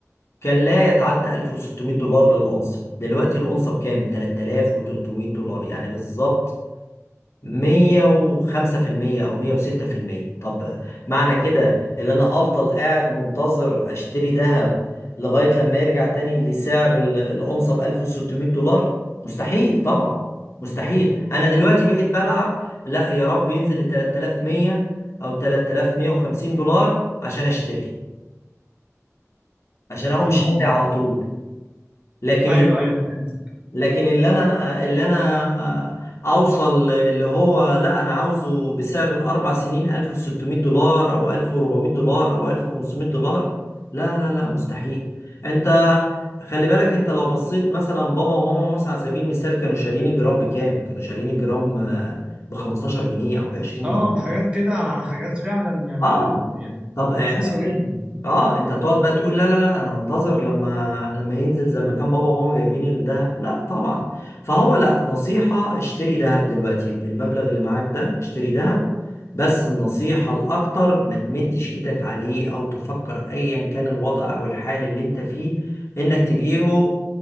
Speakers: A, on the left (about 60°); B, on the right (about 20°).
A: كان لا يتعدى 1600 دولار للأونصة دلوقتي الأونصة بكام 3300 دولار يعني بالظبط 105% او 106% طب معنى كده ان انا افضل قاعد منتظر اشتري ذهب لغاية لما يرجع تاني لسعر ال- الأونصة ب 1600 دولار مستحيل طبعا مستحيل انا دلوقتي بقيت بلعب لا يا رب ينزل ل 3100 او 3150 دولار عشان اشتري عشان اقوم
B: امم
A: شاري
B: امم.
A: على طول لكن
B: ايوه ايوه فهمت
A: لكن اللي انا اللي انا اوصل اللي هو لا انا عاوزه بسعر الاربع سنين 1600 دولار او 1400 دولار او 1500 دولار لا لا لا مستحيل انت خلي بالك انت لو بصيت مثلا بابا وماما مثلا على سبيل المثال كانوا شارين الجرام بكام كانوا شارين الجرام ب 15 جنيه او ب 20
B: اه بحاجات كده حاجات فعلا يعني
A: اه
B: يعني
A: طب اه
B: رخيصه
A: آه،
B: جدا
A: آه، آه، انت هتقعد بقى تقول لا لا لا انا هنتظر لما لما ينزل زي ما كان بابا وماما جايبين الذهب لا طبعا فهو لا نصيحة اشتري ذهب دلوقتي بالمبلغ اللي معاك ده اشتري ذهب بس النصيحة الأكتر ما تمدش إيدك عليه أو تفكر أيا كان الوضع أو الحال اللي أنت فيه إنك تبيعه